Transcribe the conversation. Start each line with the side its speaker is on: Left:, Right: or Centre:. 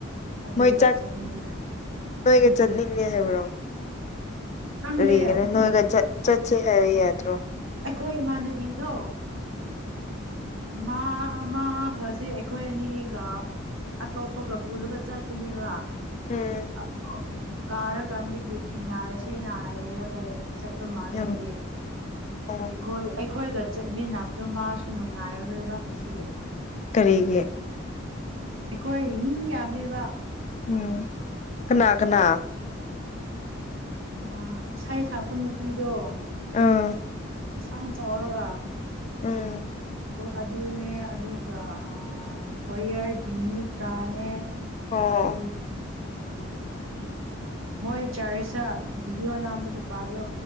Right: ꯑꯗꯨꯒ
Left: ꯃꯣꯏ ꯆꯥꯛ
Right: ꯆꯠꯃꯤꯟꯅꯩ
Left: ꯅꯣꯏꯒ ꯆꯠꯅꯤꯡꯉꯦ ꯍꯥꯏꯕ꯭ꯔꯣ
Right: ꯈꯪꯗꯦ
Left: ꯀꯒ ꯅꯅꯨꯡ ꯍꯒ ꯆ ꯆꯆꯦ ꯍꯥꯏ ꯌꯥꯠꯇ꯭ꯔꯣ
Right: ꯑꯩꯈꯣꯏ ꯏꯃꯥꯟꯅꯕꯤꯗꯣ ꯃꯥ ꯃꯥꯒꯁꯦ ꯑꯩꯈꯣꯏ ꯑꯅꯤꯒ ꯑꯇꯣꯞꯄꯒ ꯄꯨꯜꯂꯒ ꯆꯠꯇꯅꯦꯕ
Left: ꯎꯝ
Right: ꯑꯗꯣ ꯀꯥꯔꯀꯥꯟꯗꯒꯤ ꯊꯦꯡꯅꯔꯁꯦꯅ ꯍꯥꯏꯔꯒ ꯆꯠꯄ ꯃꯥꯜꯂꯦ
Left: ꯌꯥꯝ
Right: ꯍꯥꯏꯗꯤ
Left: ꯑꯣ
Right: ꯑꯩꯈꯣꯏ ꯑꯩꯈꯣꯏꯒ ꯆꯠꯃꯤꯟꯅꯕꯗꯣ ꯃꯥꯔꯁꯨ ꯅꯨꯡ ꯉꯥꯏꯔꯔꯣꯏꯦꯕ ꯉꯁꯤ
Left: ꯀꯔꯤꯒꯤ
Right: ꯑꯗꯨꯗꯤ ꯑꯩꯈꯣꯏ ꯃꯤ ꯌꯥꯝꯃꯦꯕ
Left: ꯎꯝ ꯀꯅꯥ ꯀꯅꯥ
Right: ꯑ ꯏꯁꯩ ꯁꯛꯄ ꯅꯨꯄꯤꯗꯣ
Left: ꯑꯥ
Right: ꯃꯁꯥꯝ ꯆꯥꯎꯔꯒ
Left: ꯎꯝ
Right: ꯑꯗꯨꯅꯦ ꯑꯗꯨꯒ ꯀꯣꯌꯔꯒꯤ ꯃꯤ ꯈꯔꯅꯦ
Left: ꯑꯣ
Right: ꯑꯗ ꯎꯝ ꯃꯣꯏ ꯆꯥꯔꯁ ꯚꯗꯤꯑꯣ ꯅꯥꯝꯕ ꯅꯨꯄꯥꯗꯣ